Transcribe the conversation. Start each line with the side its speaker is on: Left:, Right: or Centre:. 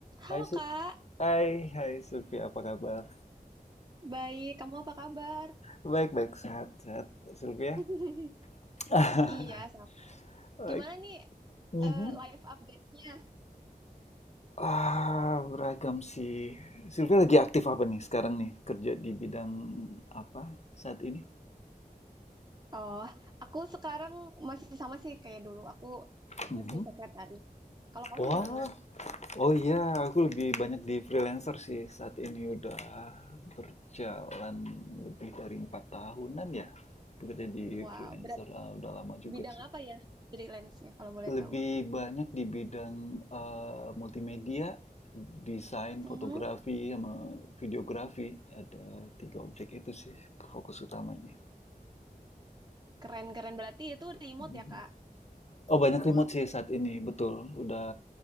Right: Halo
Left: Hai, Si-
Right: Kak,
Left: hai, hai Sylvia, apa kabar?
Right: baik. Kamu apa kabar?
Left: Baik-baik, sehat-sehat, Sylvia.
Right: <laughs>
Left: <laughs>
Right: Iya, sama.
Left: Baik.
Right: Gimana nih
Left: Mhm.
Right: eh, live update-nya?
Left: Ah, beragam sih. Sylvia lagi aktif apa nih sekarang nih? Kerja di bidang apa saat ini?
Right: Oh, aku sekarang masih sama sih kayak dulu. Aku
Left: Mhm.
Right: masih sekretaris. Kalau kamu
Left: Wah,
Right: gimana?
Left: oh iya, aku lebih banyak di freelancer sih saat ini udah berjalan lebih dari empat tahunan ya. Bekerja di
Right: Wow,
Left: freelancer,
Right: berat
Left: ah, udah lama juga
Right: bidang
Left: sih.
Right: apa ya freelance-nya kalau boleh
Left: Lebih
Right: tahu?
Left: banyak di bidang, eee, multimedia, desain,
Right: Hmm,
Left: fotografi, sama videografi. Ada 3 objek itu sih fokus utamanya.
Right: Keren-keren. Berarti itu remote
Left: Mhm.
Right: ya, Kak?
Left: Oh, banyak
Right: Semua.
Left: remote sih saat ini, betul. Udah